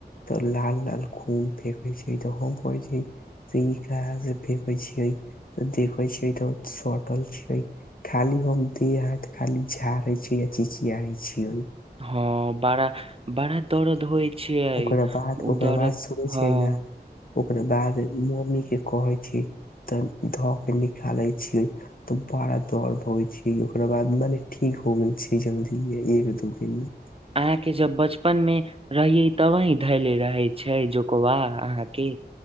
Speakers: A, on the left; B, on the right.
A: तऽ लाल लाल खुन फेकय छै त हम कोहय छै से ई कहां से फेकै छै देखै छिय तऽ सटल छै खाली हम देह अहां‌ के खाली झारे छीयइ आ चिचियाई छिये
B: हँ बड़ा बड़ा दरद होइ छियै
A: ओकरा बाद
B: ओ
A: ओकरा
B: दर्द
A: बाद सुनै
B: हँ
A: छियै ना ओकरा बाद मम्मी के कहे छिये तऽ धऽ के निकाले छियै तऽ बाड़ा दर्द होइ छै ओकरा बाद मने ठीक हो गेल छै जल्दी एक दू दिन मे
B: अहाँके जब बचपन मे रहियै तबहिं धैले रहै छै जोकबा अहाँके